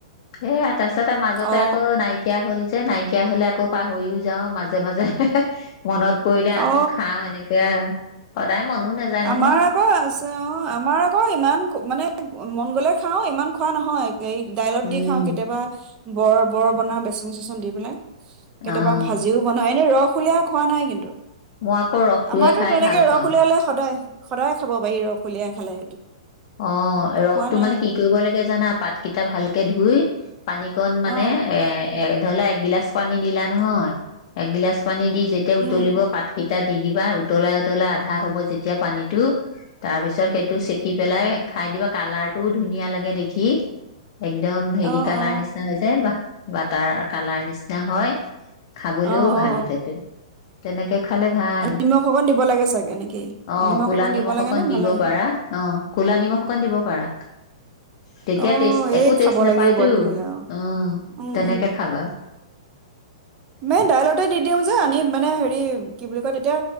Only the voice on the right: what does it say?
অ
অ
আমাৰ আকৌ আছে অ' আমাৰ আকৌ ইমান মানে মন গ'লে খাওঁ ইমান খোৱা নহয়। এই দাইলত
দি খাওঁ কেতিয়াবা, বৰ বৰ বনাও বেচন চেচন দি পেলাই, কেতিয়াবা
ভাজিও বনোৱা এনে ৰস খোলীয়া খোৱা নাই কিন্তু,
আমাৰতো
তেনেকে
ৰস
উলিয়ালে সদায় সদায় খাব পাৰি ৰস কলিয়াই খালে সেইটো।
খোৱা নাই
অ
উম
অ
অ
অ অ
অ', নিমখ অকণ দিব লাগে চাগে নেকি?
নিমখ
অকণ দিব লাগে নে
নালাগে?
অ'
এই খাব
লাগিব তেনেহ'লে অ'।
উম,
মে দাইলতে দি দিওঁ যে, আনি মানে হেৰি কি বুলি কয় তেতিয়া